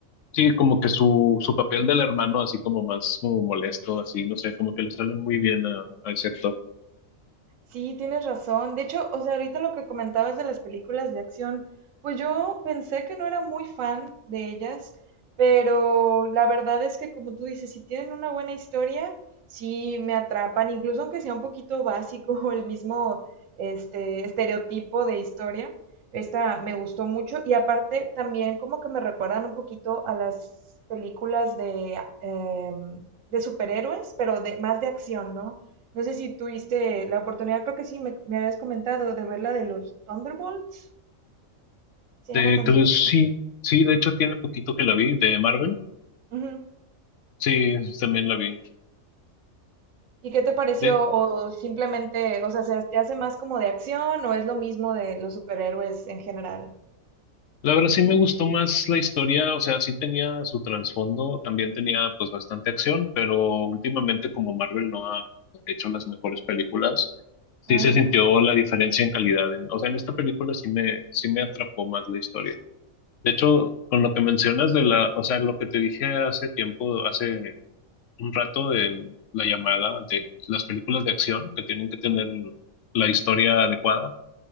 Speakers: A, on the left (about 70°); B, on the right (about 75°).
A: sí, como que su, su papel del hermano así como más como molesto, así, no sé, como que le sale muy bien a, a ese actor.
B: Sí, tienes razón. De hecho, o sea, ahorita lo que comentabas de las películas de acción, pues yo pensé que no era muy fan de ellas, pero la verdad es que como tú dices, si tienen una buena historia, sí me atrapan, incluso aunque sea un poquito básico <laughs> o el mismo este estereotipo de historia. Esta me gustó mucho y aparte también como que me recuerdan un poquito a las películas de, em, de superhéroes, pero de, más de acción, ¿no? No sé si tuviste la oportunidad, creo que sí, me, me habías comentado de ver la de los Thunderbolts. Se
A: De,
B: llama
A: entonces
B: Thunderbolts, ¿no?
A: sí, sí, de hecho tiene poquito que la vi, de Marvel,
B: Ujú.
A: sí, también la vi.
B: ¿Y qué te pareció?
A: De,
B: ¿O simplemente, o sea, se te hace más como de acción o es lo mismo de los superhéroes en general?
A: La verdad sí me gustó más la historia, o sea, sí tenía su trasfondo, también tenía pues bastante acción, pero últimamente como Marvel no ha hecho las mejores películas, sí
B: Ah,
A: se sintió
B: ya.
A: la diferencia en calidad. En- o sea, en esta película sí me, sí me atrapó más la historia. De hecho, con lo que mencionas de la, o sea, lo que te dije hace tiempo, hace un rato de la llamada de las películas de acción que tienen que tener
B: Ujú.
A: la historia adecuada.